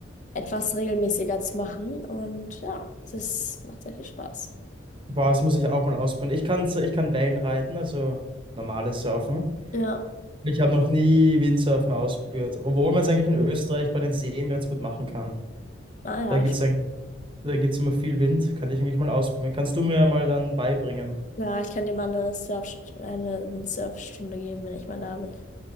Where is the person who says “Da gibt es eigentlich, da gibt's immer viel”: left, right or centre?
Right